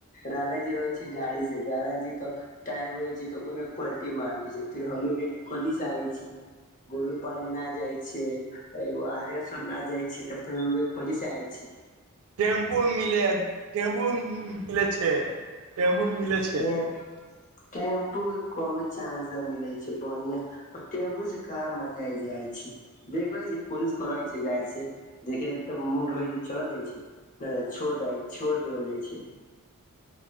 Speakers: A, on the left; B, on the right.
A: राना जी रहै छै गाड़ी से रानाजी त टाइम रहै छै त ओयमे क्वालिटी मार दै छै फेर हमनी के कथी चाही गुल पर ना जाइ छियै एगो आरे सोना जाय छियै तऽ फेर मम्मी के खोजी से आय छी
B: टेम्पू मिल टेम्पू मिलै छै टेम्पू मिलै छै
A: तें टेम्पू के कम चांस ने मिलै छै बढ़िआ टेम्पू से कहाँ मजा जाइ छै देखै छै कोशिश करै छै जाइ छै देखे एक तऽ मुड होइ छै चला जाइ छै नहि द छोड़ दै छोड़ देबल जाइ छै